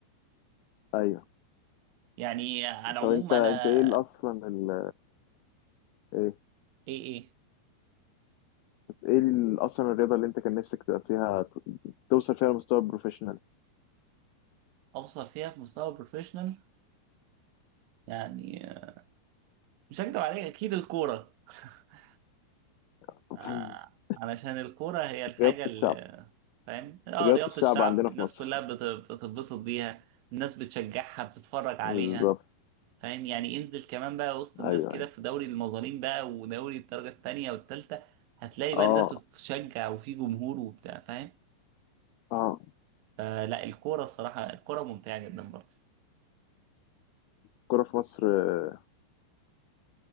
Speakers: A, on the left (about 85°); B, on the right (about 70°).
A: ايوه
B: يعني على العموم
A: طب انت
B: انا
A: انت ايه ال- اصلا ال... ايه
B: ايه ايه
A: ايه ال- اصلا الرياضه اللي انت كان نفسك تبقى فيها ت- توصل فيها لمستوى بروفيشنال
B: اوصل فيها في مستوى بروفيشنال يعني آه، مش هكدب عليك اكيد الكوره <laughs>
A: <laughs>
B: آه، علشان الكورة هي الحاجة
A: رياضه
B: اللي
A: الشعب
B: فاهم اه
A: رياضه
B: رياضة
A: الشعب
B: الشعب
A: عندنا
B: الناس
A: في مصر
B: كلها بت- بتتبسط بيها الناس بتشجعها بتتفرج عليها
A: بالظبط
B: فاهم يعني انزل كمان بقى وسط الناس
A: ايوه
B: كده
A: ايوه
B: في دوري المظالم بقى ودوري الدرجة التانية والتالتة هتلاقي
A: اه
B: بقى الناس بتشجع وفي جمهور وبتاع فاهم
A: اه
B: فلا الكورة الصراحة الكورة ممتعة جدا برضه
A: الكوره في مصر آه،